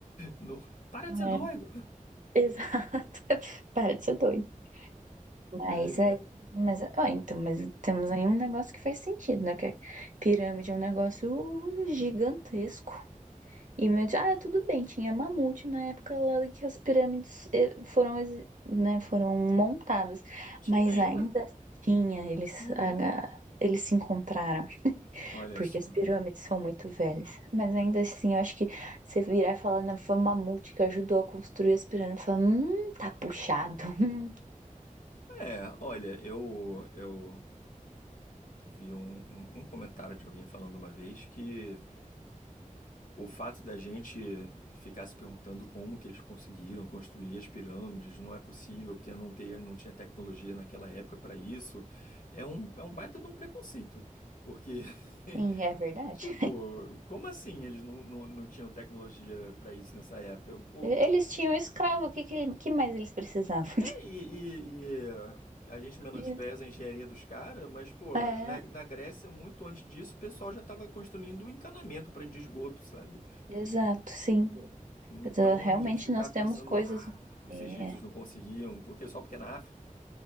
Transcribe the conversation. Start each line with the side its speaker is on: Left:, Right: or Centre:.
Left: Não... Para de ser
Right: É,
Left: doido!
Right: exato. <laughs> Para de ser doido. Mas
Left: Ai,
Right: aí.
Left: ai.
Right: Mas, ó, então, mas temos aí um negócio que faz sentido, né? Porque a pirâmide é um negócio gigantesco. E meu, tio, ah, tudo bem, tinha mamute na época lá que as pirâmides eh, foram, exi- né, foram montadas,
Left: Tinha
Right: mas
Left: ainda?
Right: ainda tinha, eles,
Left: Olha.
Right: a- a- eles se encontraram,
Left: Olha
Right: porque
Left: só.
Right: as pirâmides são muito velhas. Mas ainda assim, eu acho que você virar e falar, não, foi o mamute que ajudou a construir as pirâmides, fala, hum, tá puxado. <laughs>
Left: É, olha, eu, eu vi um, um um comentário de alguém falando uma vez que O fato da gente ficar se perguntando como que eles conseguiram construir as pirâmides, não é possível, porque não, ter, não tinha tecnologia naquela época para isso, é um, é um baita de um preconceito. Porque, <laughs>
Right: Sim, é verdade.
Left: tipo, como assim eles não, não, não tinham tecnologia para isso nessa época? Pô,
Right: Eles tinham escravo, o que, que, ele- que mais eles precisavam?
Left: e, e- e é, a gente menospreza
Right: <laughs>
Left: a engenharia dos caras, mas, pô,
Right: É,
Left: na, na Grécia, muito antes disso, o pessoal já estava construindo um encanamento para de esgoto, sabe?
Right: exato, sim.
Left: Então
Right: Então, Realmente
Left: a gente ficava
Right: nós temos
Left: pensando,
Right: coisas.
Left: ah, os
Right: eh,
Left: egípcios não conseguiam, por quê? Só porque é na África?